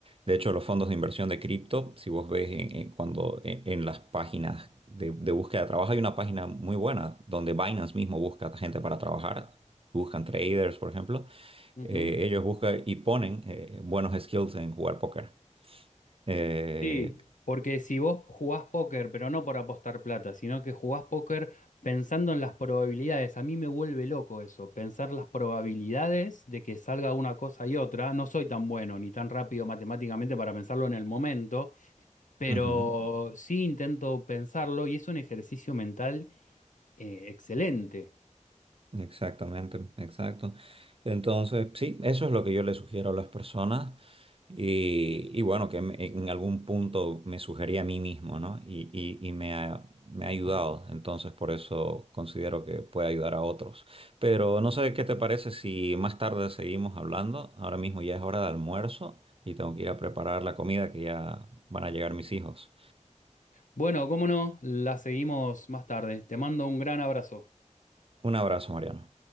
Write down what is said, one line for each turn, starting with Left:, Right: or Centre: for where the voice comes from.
Right: de hecho, los fondos de inversión de cripto, si vos ves en, en- cuando en, en las páginas de, de búsqueda de trabajo, hay una página muy buena donde Binance mismo busca gente para trabajar, buscan traders, por ejemplo.
Left: Ujú.
Right: Eh, ellos buscan y ponen eh, buenos skills en jugar póker. Eh,
Left: Sí, porque si vos jugás póker, pero no por apostar plata, sino que jugás póker pensando en las probabilidades, a mí me vuelve loco eso, pensar las probabilidades de que salga una cosa y otra. No soy tan bueno ni tan rápido matemáticamente para pensarlo en el momento, pero
Right: ujú.
Left: sí intento pensarlo y es un ejercicio mental eh, excelente.
Right: Exactamente, exacto. Entonces, sí, eso es lo que yo le sugiero a las personas y, y bueno, que en en algún punto me sugerí a mí mismo, ¿no? Y, y- y me ha, me ha ayudado, entonces por eso considero que puede ayudar a otros. Pero no sé qué te parece si más tarde seguimos hablando, ahora mismo ya es hora de almuerzo y tengo que ir a preparar la comida que ya van a llegar mis hijos.
Left: Bueno, cómo no, la seguimos más tarde. Te mando un gran abrazo.
Right: Un abrazo, Mariano.